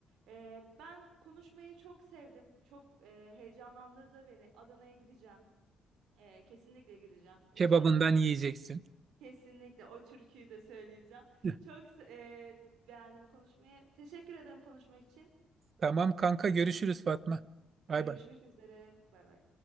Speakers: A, on the right (about 85°); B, on the right (about 50°).
A: Ee, ben konuşmayı çok sevdim. Çok e, heyecanlandırdı beni. Adana'ya gideceğim. Ee, kesinlikle gideceğim. inşallah.
B: Kebabından yiyeceksin.
A: Kesinlikle o türküyü de söyleyeceğim.
B: <laughs>
A: Çok se- e, beğendim konuşmayı. Teşekkür ederim konuşma için.
B: Tamam kanka görüşürüz Fatma. Bay
A: Görüşmek
B: bay.
A: üzere. Bay bay.